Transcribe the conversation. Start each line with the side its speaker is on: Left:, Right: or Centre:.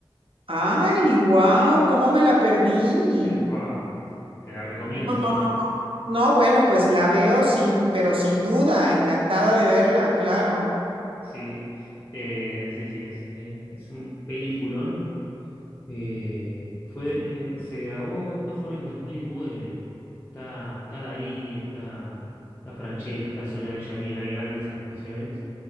Right: Ay, wow, ¿cómo me la perdí?
Left: Epa, te la recomiendo
Right: No,
Left: también.
Right: no, no. No, bueno, pues la veo sin, pero sin duda, encantada de verla, claro.
Left: Sí, Eh, sí, sí, es, eh, es un peliculón. Eh, fue, eh, se grabó, esto fue en el dos mil nueve Está, está Darín, está, está Francella, está Soledad Villamil, hay grandes actuaciones.